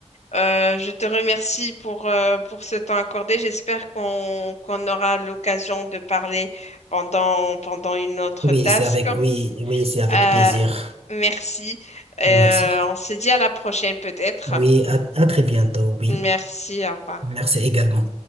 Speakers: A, on the left; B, on the right.
A: Euh, je te remercie pour, euh, pour ce temps accordé. J'espère qu'on qu'on aura l'occasion de parler pendant, pendant une autre
B: Oui,
A: task.
B: c'est avec, oui, oui, c'est avec
A: Euh,
B: plaisir.
A: merci. Euh,
B: Merci.
A: on se dit à la prochaine peut-être.
B: Oui, à à très bientôt, oui.
A: Merci, au revoir.
B: Merci également.